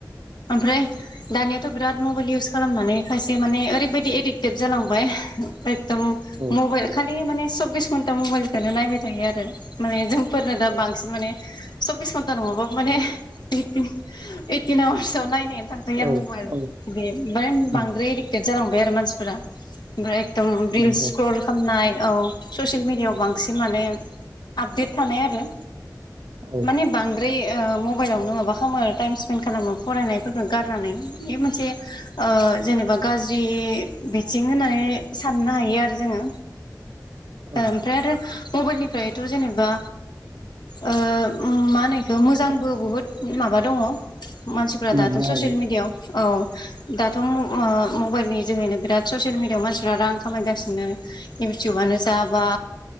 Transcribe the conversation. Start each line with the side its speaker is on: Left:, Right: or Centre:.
Left: ओमफ्राय दानियाथ' बिराद मबाइल इउस खालामनानै खायसे माने ओरैबायदि एडिक्टेड जालांबाय एकदम
Right: औ
Left: मबाइल खालि माने सब्बिस घन्टा मबाइलखौनो नायबाय थायो आरो। माने जोंफोरनो दा बांसिन माने सब्बिस घन्टा नङाबाबो माने इ ओइटिन आवार्सआव नायनाय थांखायो
Right: औ
Left: आरो मबाइल
Right: औ
Left: बे ओमफ्राय
Right: उम,
Left: बांद्राय एडिक्टेड जालांबाय बेर मानसिफोरा ओमफ्राय एकदम बिल
Right: नंगौ
Left: स्क्रल खालामनाय औ। ससियेल मिडियाआव बांसिन माने आपडेट थानाय आरो।
Right: औ
Left: माने बांद्राय मबाइलावनो माबा खालामो टाइम स्पेन्ड खालामो फरायनायफोरखौ गारनानै बे मोनसे ओ जेनेबा गाज्रि बिथिं होननानै साननो हायो आरो जोङो।
Right: औ
Left: ओमफ्राय आरो मबाइलनिफ्राय थ' जेनेबा ओ मा होनो इखो मोजांबो बुहुद माबा दङ मानसिफ्रा
Right: मोननो
Left: दाथ'
Right: हायो
Left: ससियेल मिडियाआव औ दा थ' मबाइलनि जोहैनो बिराद ससियेल मिडियायाव रां खामाय गासिनो मानसिफ्रा रां खामायगासिनो इउटुबानो जा बा